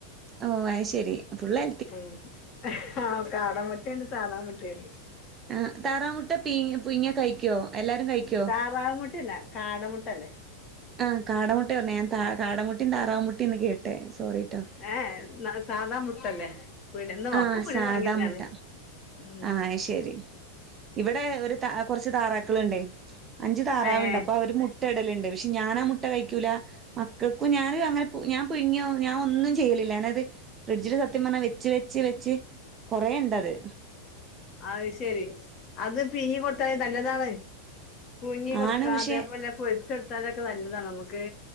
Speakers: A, on the right; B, on the left.
A: ഓഹ്. ആയ് ശരി. ഫുള്ളെ
B: ഉം. ആഹ് കാട മുട്ടേണ്ട്, സാധാ മുട്ടേണ്ട്.
A: ആഹ്. താറാമുട്ട പീങ്ങി പുഴിങ്ങിയാ കഴിക്കോ അല്ലാരും കഴിക്കോ?
B: വാവ് മുട്ടേല്ല. കാടമുട്ടല്ലേ
A: ആഹ്. കാടമുട്ടേർഞ്ഞേ. ഞാ താ കാടമുട്ടിം താറവ്മുട്ടിംന്ന് കേട്ടേ. സോറിട്ടൊ.
B: ഏഹ് ന്ന സാദാ മുട്ടല്ലേ പീടിയേന്ന്
A: ആഹ്.
B: ഒക്കെ പീടിയേന്ന്
A: സാദാമുട്ട.
B: വാങ്ങിയന്നെയാണ് ഉം
A: ആയ് ശരി. ഇവടെ ഒര് ത കൊർച്ച് താറാക്കള് ണ്ടെ. അഞ്ച് താറാവ്ണ്ട്.
B: ഏഹ്
A: അപ്പൊ അവര് മു ട്ടടല്ണ്ട്. പക്ഷെ ഞാനാ മുട്ട കഴിക്കൂലാ മക്കൾക്കും ഞാന് അങ്ങനെ പു ഞാ പുഴ്ങ്ങിയൊ ഞാ ഒന്നും ചെയ്യലില്ല. ഞാനത് ഫ്രിഡ്ജില് സത്യം പർഞ്ഞാ വെച്ച്, വെച്ച്, വെച്ച് കൊറേണ്ടത്.
B: അയ് ശരി. അത് പീങ്ങി കൊട്ത്താ നല്ലതാണ്. പുഴുങ്ങി കൊടുക്കാ
A: ആണ് പക്ഷെ
B: അതേപോലെ പൊര്ച്ചൊട്ത്താലൊക്കെ നല്ലതാണ് നമുക്ക്